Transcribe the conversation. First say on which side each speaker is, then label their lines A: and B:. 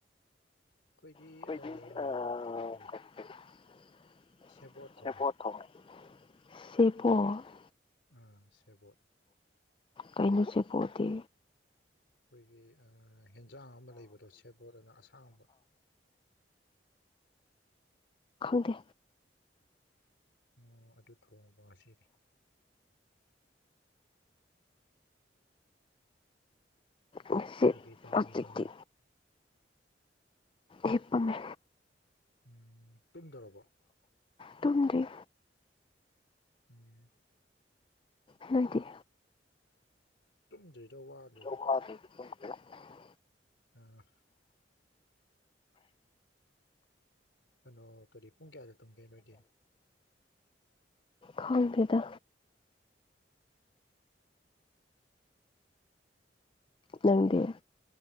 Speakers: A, on the left; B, on the left.
A: ꯑꯩꯈꯣꯏꯗꯤ
B: ꯑꯩꯈꯣꯏ
A: ꯑꯥ ꯀꯔꯤ ꯀꯔꯤ
B: ꯑ
A: ꯁꯦꯕꯣꯠ ꯊꯣꯡꯉꯦ
B: ꯁꯦꯕꯣꯠ
A: ꯑꯥ ꯁꯦꯕꯣꯠ
B: ꯀꯩꯅꯣ ꯁꯦꯄꯣꯠꯇꯤ
A: ꯑꯩꯈꯣꯏꯒꯤ ꯍꯦꯟꯖꯥꯡ ꯑꯃ ꯂꯩꯕꯗꯣ ꯁꯦꯞꯕꯣꯠ ꯑꯅ ꯑꯁꯥꯡꯕ
B: ꯈꯪꯗꯦ
A: ꯎ ꯑꯗꯨ ꯊꯣꯡꯕ ꯉꯁꯤꯗꯤ
B: ꯉꯁꯤ
A: ꯀꯩꯀꯩ ꯇꯧꯔꯝꯃꯤꯅꯣ
B: ꯍꯧꯖꯤꯛꯇꯤ ꯍꯤꯞꯄꯅꯦ
A: ꯎꯝ ꯇꯨꯝꯗꯔꯕꯣ
B: ꯇꯨꯝꯗꯩ
A: ꯎꯝ
B: ꯍꯥꯏꯗꯤ
A: ꯇꯨꯝꯗꯣꯏꯗ ꯋꯥꯅꯤ
B: <unintelligible>
A: ꯎꯝ ꯀꯩꯅꯣ ꯀꯔꯤ ꯄꯨꯡ ꯀꯌꯥꯗ ꯇꯨꯝꯒꯦ ꯅꯣꯏꯗꯤ
B: ꯈꯪꯇꯦꯗ ꯅꯪꯗꯤ